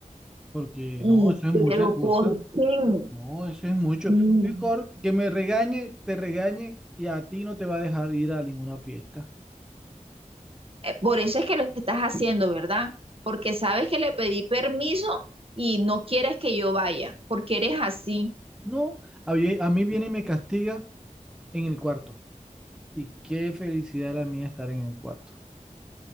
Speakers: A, in the centre; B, on the right.
A: porque
B: Mm,
A: no, eso es
B: Pero
A: mucha cosa.
B: ¿por qué?
A: No, eso es mucho.
B: Mm.
A: Mejor que me regañe, te regañe y a ti no te va a dejar ir a ninguna fiesta.
B: Eh, Por eso es que lo estás haciendo, ¿verdad? Porque sabes que le pedí permiso y no quieres que yo vaya, porque eres así.
A: No, a mí, a mí viene y me castiga en el cuarto. Y qué felicidad la mía estar en el cuarto.